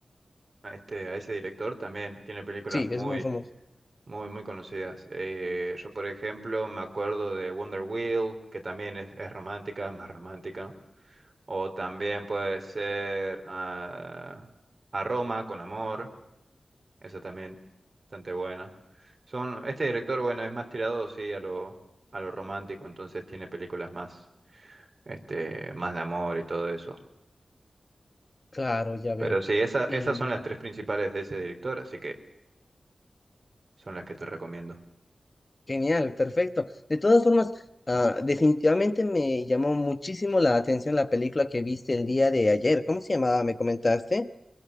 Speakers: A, on the right; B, on the left.
A: a, este, a ese director? También tiene películas
B: Sí,
A: muy
B: es muy famoso.
A: Muy, muy conocidas. Eh, yo, por ejemplo, me acuerdo de Wonder Wheel, que también es, es romántica, más romántica. O también puede ser ah, A Roma con amor. Esa también, bastante buena. Son, este director, bueno, es más tirado, sí, a lo, a lo romántico, entonces tiene películas más, este, más de amor y todo eso.
B: Claro, ya veo.
A: Pero sí, esa- esas
B: Y
A: son las tres principales de ese director, así que son las que te recomiendo.
B: genial, perfecto. De todas formas, ah, definitivamente me llamó muchísimo la atención la película que viste el día de ayer. ¿Cómo se llamaba? ¿Me comentaste?